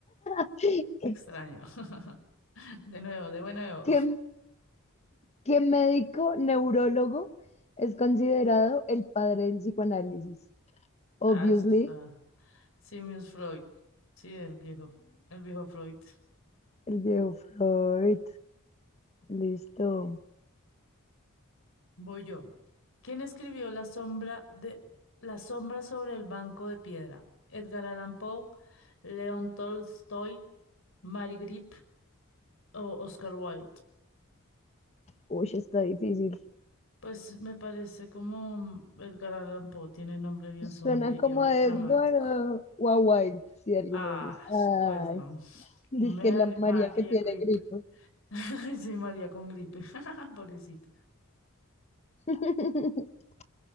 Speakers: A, on the left (about 30°); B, on the left (about 70°).
A: <laughs>
B: Qué Extraño. <laughs> De nuevo, de nuevo.
A: ¿Qué, qué médico neurólogo es considerado el padre del psicoanálisis? Obviously.
B: Ah, eso está. Sigmund Freud. Sí, el viejo, el viejo Freud.
A: El viejo Freud. Listo.
B: Voy yo. ¿Quién escribió La sombra de La sombra sobre el banco de piedra? Edgar Allan Poe, León Tolstoy, Mary Grip o Oscar Wilde.
A: Uy, está difícil.
B: Pues me parece como Edgar Allan Poe tiene nombre bien
A: Suena
B: sombrío
A: como a
B: y dramático.
A: Edgar o o a Wilde, si alguno
B: Ah,
A: de ellos.
B: s- pues
A: Ay,
B: no.
A: dice
B: Mer-
A: que la María
B: María
A: que tiene
B: Grip.
A: gripe.
B: <laughs> Sí, María con gripe. <laughs> Pobrecita.
A: <laughs>